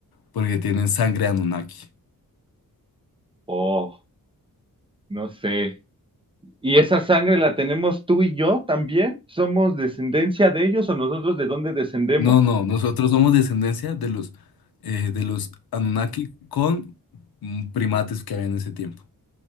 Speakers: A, on the left; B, on the right.
A: porque tienen sangre Anunnaki.
B: Oh, no sé. ¿Y esa sangre la tenemos tú y yo también? ¿Somos descendencia de ellos o nosotros de dónde descendemos?
A: No, no, nosotros somos descendencia de los, eh, de los Anunnaki con mm, primates que había en ese tiempo.